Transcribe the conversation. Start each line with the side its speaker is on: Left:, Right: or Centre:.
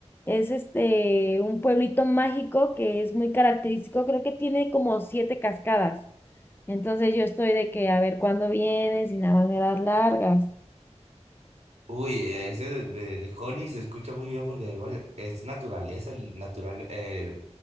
Left: Es este un pueblito mágico que es muy característico, creo que tiene como siete cascadas. Entonces yo estoy de que a ver cuándo vienes y nada más me das largas.
Right: Uy, eh, ese de, de, de Honey se escucha muy bien porque igual es naturaleza, el natural, eh,